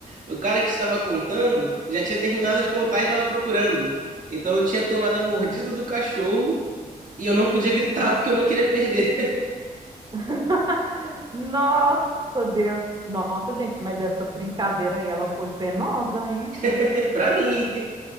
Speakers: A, on the right (about 55°); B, on the right (about 30°).
A: o cara que estava contando já tinha terminado de contar e estava procurando. Então eu tinha tomado a mordida do cachorro e eu não podia gritar <laughs> porque eu não queria perder.
B: <laughs> Nossa Deus. Nossa, gente, mas essa brincadeira aí, ela foi penosa, hein?
A: <laughs> Pra mim,